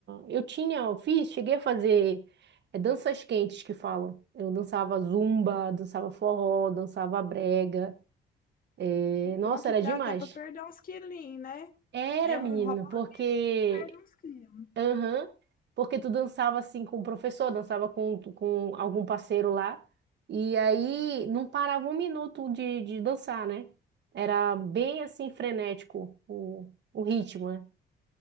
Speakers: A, on the right (about 60°); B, on the left (about 45°).
A: Eu tinha, eu fiz, cheguei a fazer é, danças quentes que falam. Eu dançava zumba, dançava forró, dançava brega. É, Nossa,
B: Bom que
A: era
B: dá
A: demais.
B: até para perder uns quilinhos, né?
A: Era,
B: É um
A: menina,
B: hobby
A: porque,
B: que perde uns quilos.
A: aham, porque tu dançava assim com o professor, dançava com, com algum parceiro lá. E aí não parava um minuto de, de dançar, né? Era bem assim frenético o, o ritmo, né?